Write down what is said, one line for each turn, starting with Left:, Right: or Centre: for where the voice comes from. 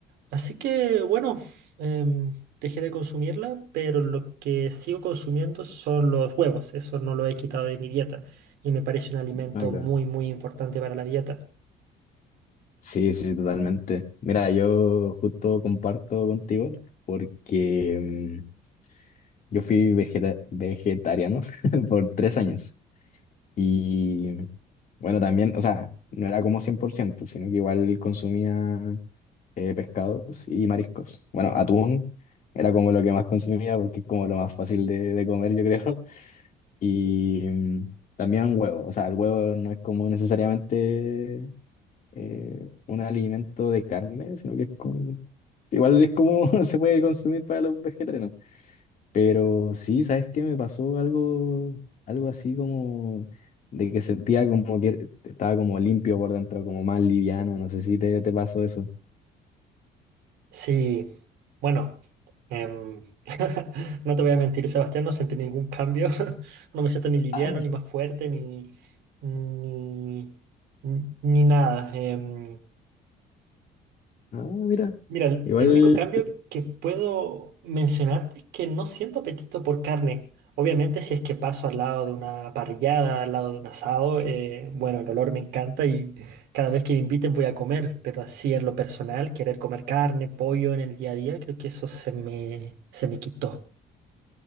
Right: Así que bueno, em, dejé de consumirla, pero lo que sigo consumiendo son los huevos. Eso no lo he quitado de mi dieta y me parece un alimento
Left: Ah, claro.
Right: muy, muy importante para la dieta.
Left: Sí, sí, totalmente. Mira, yo justo comparto contigo porque... mm, Yo fui vegeta- vegetariano <laughs> por tres años. Y bueno, también, o sea, no era como 100% sino que igual consumía eh, pescados y mariscos. Bueno, atún era como lo que más consumía porque es como lo más fácil de, de comer, yo creo. <laughs> Y mm, también huevo, o sea, el huevo no es como necesariamente eh, un alimento de carne, sino que es como... Igual es como <laughs> se puede consumir para los vegetarianos. Pero sí, ¿sabes qué? Me pasó algo, algo así como de que sentía como que estaba como limpio por dentro, como más liviano. No sé si te, te pasó eso.
Right: Sí, bueno, em, <laughs> no te voy a mentir, Sebastián, no sentí ningún cambio. <laughs> No me siento ni liviano,
Left: Ah,
Right: ni más fuerte, ni, ni, ni nada. Em,
Left: Ah, mira.
Right: Mira, el
Left: Igual.
Right: el único cambio que puedo mencionarte es que no siento apetito por carne. Obviamente, si es que paso al lado de una parrillada, al lado de un asado, eh, bueno, el olor me encanta y cada vez que me inviten voy a comer, pero así en lo personal, querer comer carne, pollo en el día a día, creo que eso se me, se me quitó.